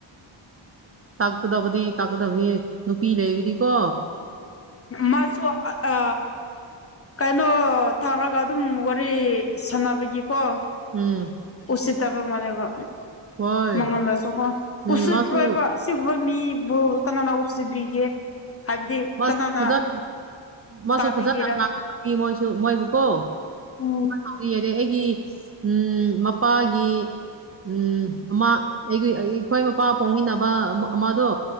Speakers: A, on the right (about 30°); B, on the left (about 30°).
A: ꯇꯥꯛꯀꯗꯕꯗꯤ ꯇꯥꯛꯀꯗꯕꯅꯤ ꯅꯨꯄꯤ ꯂꯩꯕꯗꯤꯀꯣ
B: ꯃꯥꯁꯨ ꯑ ꯀꯩꯅꯣ ꯊꯥꯔꯒ ꯑꯗꯨꯝ ꯋꯥꯔꯤ ꯁꯥꯟꯅꯕꯒꯤꯀꯣ
A: ꯎꯝ
B: ꯎꯁꯤꯠꯇꯕ ꯃꯥꯜꯂꯦꯕ
A: ꯍꯣꯏ
B: ꯃꯉꯣꯟꯗꯁꯨꯀꯣ
A: ꯎꯝ
B: ꯎꯁꯤꯠ
A: ꯃꯥꯁꯨ
B: ꯂꯣꯏꯕ ꯑꯁꯤꯒꯨꯝꯕ ꯃꯤꯕꯨ ꯀꯅꯥꯅ ꯅꯨꯡꯁꯤꯕꯤꯒꯦ ꯍꯥꯏꯕꯗꯤ
A: ꯃꯁꯨ
B: ꯀꯅꯥꯅ
A: ꯐꯖꯅ ꯃꯣꯏꯁꯨ
B: ꯇꯥꯕꯤꯒꯦꯔꯥ
A: ꯐꯖꯅ ꯃꯣꯏꯁꯨ ꯃꯣꯏꯕꯨ ꯀꯣ
B: ꯎꯝ
A: ꯍꯥꯏꯔꯤ ꯑꯩꯒꯤ ꯎꯝ ꯃꯄꯥꯒꯤ ꯎꯝ ꯑꯃ ꯑꯩꯒꯤ ꯑꯩꯈꯣꯏ ꯃꯄꯥ ꯄꯥꯎꯃꯤꯟꯅꯕ ꯑꯃꯗꯣ